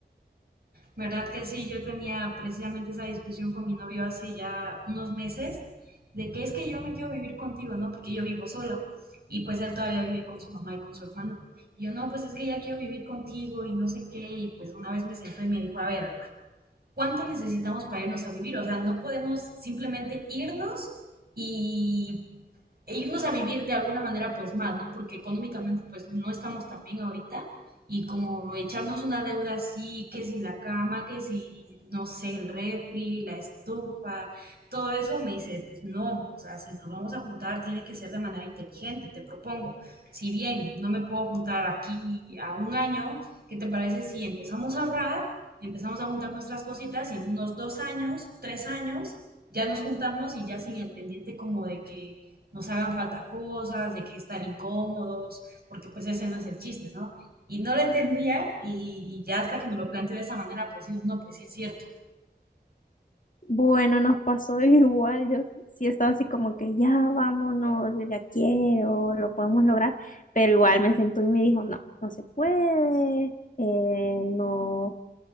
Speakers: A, on the right (about 65°); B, on the left (about 50°).
A: ¿Verdad que sí? Yo tenía precisamente esa discusión con mi novio hace ya unos meses de que es que yo me quiero vivir contigo, ¿no? Porque yo vivo sola y pues él todavía vive con su mamá y con su hermano. Y yo no, pues es que ya quiero vivir contigo y no sé qué. Y pues una vez me sentó y me dijo, a ver, cuánto necesitamos para irnos a vivir. O sea, no podemos simplemente irnos y e irnos a vivir de alguna manera pues mal, ¿no? Porque económicamente pues no estamos tan bien ahorita y como echarnos una deuda así, que si la cama, que si, no sé, el refri, la estufa, todo eso me dice, pues no, o sea, si nos vamos a juntar tiene que ser de manera inteligente, te propongo. Si bien no me puedo juntar aquí a un año, ¿qué te parece si empezamos a ahorrar, empezamos a juntar nuestras cositas y en unos dos años, tres años, ya nos juntamos y ya sin el pendiente como de que nos hagan falta cosas, de que estar incómodos, porque pues ese no es el chiste, ¿no? Y no lo entendía y, y ya hasta que me lo planteé de esa manera, pues digo, no, pues sí es cierto.
B: Bueno, nos pasó <laughs> igual, yo sí estaba así como que ya vámonos, yo ya quiero, lo podemos lograr, pero igual me sentó y me dijo, no, no se puede, eh, no